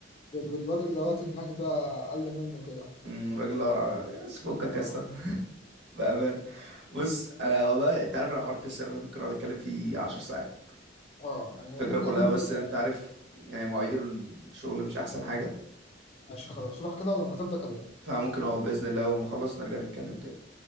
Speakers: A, on the left; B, on the right.
A: وال- والواد اللي هو تنهاج ده قل منه كده
B: امم، راجل لا على بس فكك
A: اه
B: يا اسطى بأمانة بص انا والله انت عارف انا حوار كريستيانو ده ممكن اقعد اتكلم فيه عشر ساعات
A: اه يعني ممكن
B: الفكرة كلها
A: عمره
B: بس
A: كله
B: ان انت عارف يعني مواعيد الشغل مش احسن حاجة
A: ماشي خلاص روح كده ولما تبدأ كلمني
B: فممكن هو بإذن الله اول ما اخلص نرجع نتكلم تاني